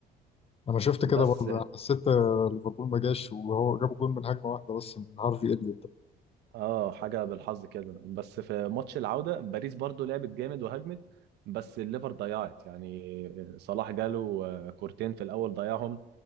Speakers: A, on the left; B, on the right.
A: لما شفت كده
B: بس
A: برضه أنا حسيت آه، ليفربول ما جاش وهو جاب جون من هجمة واحدة بس من هارفي إليوت ده
B: اه حاجه بالحظ كده بس في ماتش العوده باريس برضو لعبت جامد وهجمت بس الليفر ضيعت يعني صلاح جاله آه، كورتين في الاول ضيعهم